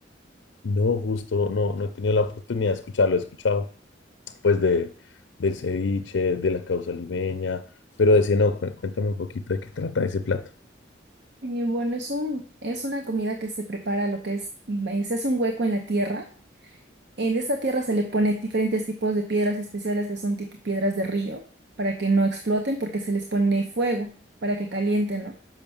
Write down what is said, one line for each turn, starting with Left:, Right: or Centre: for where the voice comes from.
Left: No, justo, no, no he tenido la oportunidad de escucharlo, he escuchado pues de, del ceviche, de la causa limeña, pero de ese no, cu- cuéntame un poquito de qué trata ese plato.
Right: Y bueno, es un, es una comida que se prepara lo que es, mm, eh, se hace un hueco en la tierra En esta tierra se le pone diferentes tipos de piedras especiales que son tipo piedras de río, para que no exploten, porque se les pone fuego, para que calienten, ¿no?